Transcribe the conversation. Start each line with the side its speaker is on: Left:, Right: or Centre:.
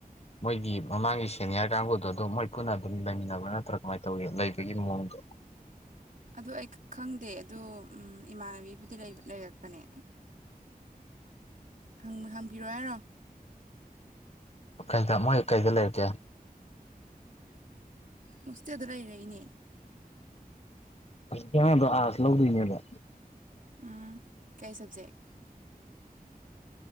Left: ꯃꯣꯏꯒꯤ ꯃꯃꯥꯡꯒꯤ ꯁꯦꯅꯤꯌꯔ ꯀꯥꯡꯕꯨꯗꯣ ꯑꯗꯨꯝ ꯃꯣꯏ ꯄꯨꯟꯅ ꯑꯗꯨꯝ ꯂꯩꯃꯤꯟꯅꯕ꯭ꯔꯥ ꯅꯠꯇ꯭ꯔꯥ ꯀꯃꯥꯏꯅ ꯇꯧꯒꯦ ꯂꯩꯕꯒꯤ ꯃꯑꯣꯡꯗꯣ
Right: ꯑꯗꯨ ꯑꯩ ꯈꯪꯗꯦ ꯑꯗꯣ ꯏꯃꯥꯟꯅꯕꯤꯕꯨꯗꯤ ꯂꯩꯔꯛꯄꯅꯦ ꯍꯪ ꯍꯪꯕꯤꯔꯛꯑꯣ ꯍꯥꯏꯔꯣ
Left: ꯀꯩꯗ ꯃꯣꯏ ꯀꯩꯗ ꯂꯩꯔꯀꯦ
Right: ꯍꯣꯁꯇꯦꯜꯗ ꯂꯩꯔꯛꯏꯅꯦ
Left: ꯍꯧꯖꯤꯛꯀꯤ ꯑꯉꯥꯡꯗꯣ ꯑꯥꯥꯁ ꯂꯧꯗꯣꯏꯅꯦꯕ
Right: ꯎꯝ ꯀꯩ ꯁꯕꯖꯦꯛ